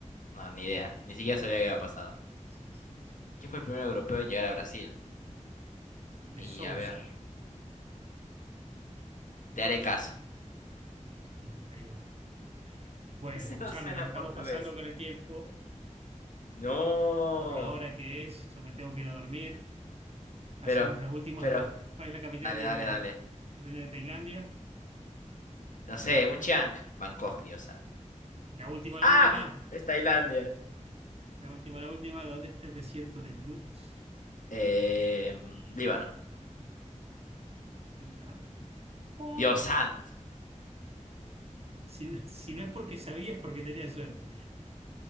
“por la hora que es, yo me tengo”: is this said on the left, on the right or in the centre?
Right